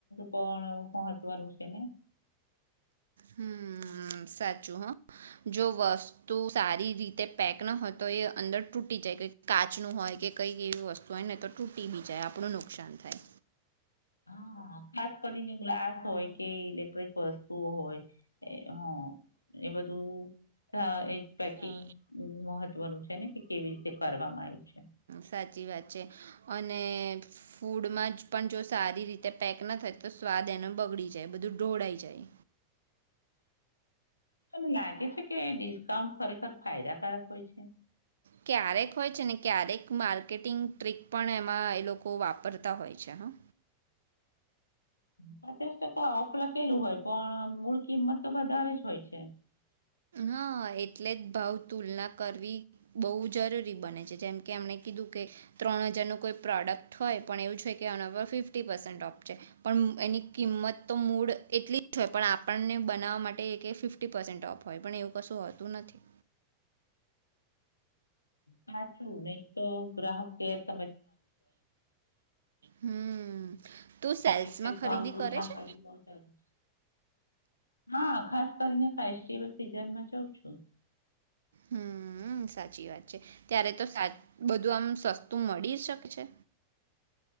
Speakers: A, on the left; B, on the right.
A: પણ મહત્વનું છે ને
B: હમ સાચું હ જો વસ્તુ સારી રીતે પેક ના હોય તો એ અંદર તૂટી જાય કાચ નું હોય કે કંઈક એવી વસ્તુ હોય ને તો તૂટી ભી જાય આપણું નુકસાન થાય
A: હ ખાસ કરીને ગ્લાસ હોય કે ઇલેક્ટ્રિક વસ્તુઓ હોય હ એ બધું એજ પેકિંગ
B: અ,
A: મહત્વનું છે ને કેવી રીતે કરવામાં આવ્યું છે
B: સાચી વાત છે અને અને ફૂડમાં જ પણ જો સારી રીતે પેક ના થાય તો સ્વાદ એને બગડી જાય બધું ઢોળાઈ જાય
A: તને લાગે છે કે ડિસ્કાઉંન્ટ ખરેખર ફાયદાકારક હોય છે એમ
B: ક્યારેક હોય છે ને ક્યારેક માર્કેટિંગ ટ્રીક પણ એમાં એ લોકો વાપરતા હોય છે હા
A: પચાસ ટકા ઓફ આપેલું હોય પણ મૂળ કિંમત તો વધારે જ હોય છે
B: હા એટલે ભાવ તુલના કરવી બહ જરૂરી બને છે જેમ કે એમણે કીધું કે ત્રણ હજારનું કોઈ પ્રોડક્ટ હોય પણ એવું કે એના પર ફિફ્ટી પસેન્ટ ઓ છે પણ એની કિંમત તો મૂ એટ હોય પણ આપણને બનાવવા માટે એક ફિફ્ટી પર્સેન્ટ ઓફ હોય પણ એવું કશું હોતું નથી
A: સાચું નહી તો ગ્રાહક કે
B: હમ તું સેલ્સમાં
A: એટલે જ
B: ખરીદી
A: ભાવ તુલના
B: કરે છે
A: કરવી બહુ જરૂરી છે. હા ખાસ કરીને ફેસ્ટિવલ સિઝનમાં જઉં છું
B: હમ સાચી વાત ત્યારે તો સા બધું આમ સસ્તું મળી શકે છે